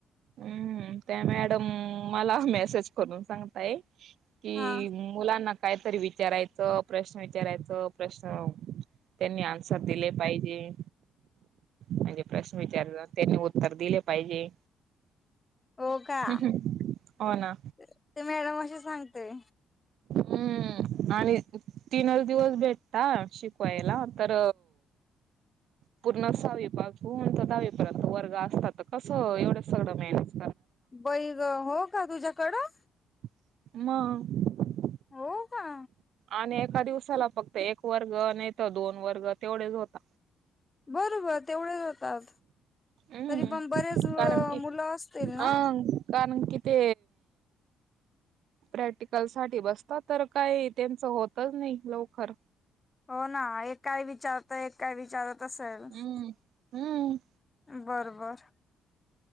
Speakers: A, on the right; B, on the left.
A: हम्म त्या मॅडम मला मेसेज करून सांगताय कि
B: हा
A: मुलांना कायतरी विचारायचं प्रश्न विचारायचं प्रश्न त्यांनी आन्सर दिले पाहिजे. म्हणजे प्रश्न विचारला त्यांनी उत्तर दिले पाहिजे.
B: हो का
A: हो
B: <inaudible>
A: ना
B: ते मॅडम असे सांगतेय.
A: हम्म आणि तीनच दिवस भेटता शिकवायला तर
B: <inaudible>
A: पूर्ण सहावीबाग होचा दहावीप वर्ग असतात तर कसं एवढं सगळं मळण्याचं.
B: बैग हो का तुझ्याकडं.
A: म,
B: हो का?
A: आणि एका दिवसाला फक्त एक वर्ग नाही तर दोन वर्ग तेवढेच होता
B: बरोबर तेवढे जातात.
A: हम्म
B: तरी पण बरेच
A: कारण की
B: मुलं असतील ना,
A: अं कारण कि ते, प्रॅक्टिकल साठी बसत तर काही त्यांचं होतच नाही लवकर,
B: हो ना एक काय विचारत एक काय विचारत असेल?
A: हम्म. हम्म,
B: बरबर,